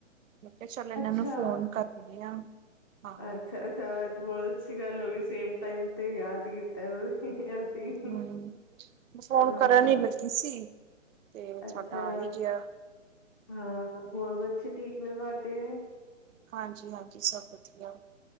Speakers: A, on the right (about 80°); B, on the left (about 20°).
A: ਮੈਂ ਕਿਆ ਚਲ ਇਹਨਾਂ
B: ਅੱਛਾ।
A: ਨੂੰ ਫੋਨ ਕਰਣੀ ਆ। ਹਾਂ
B: ਅੱਛਾ ਸਾਰਾ ਤੇ ਬਹੁਤ ਅੱਛੀ ਗੱਲ ਹੋ ਗਈ ਸੇਮ ਟਾਇਮ ਤੇ ਯਾਦ ਕੀਤਾ ਅਸੀਂ।
A: ਹੂੰ ਫੋਨ
B: ਹਾਂ,
A: ਕਰਨ ਹੀ ਲੱਗੀ ਸੀ ਤੇ
B: ਅੱਛਾ
A: ਤੁਹਾਡਾ ਆ ਹੀ ਗਿਆ
B: ਹਾਂ ਹੋਰ ਬੱਚੇ ਠੀਕ ਨੇ ਤੁਹਾਡੇ
A: ਹਾਂਜੀ, ਹਾਂਜੀ ਸਭ ਵਧੀਆ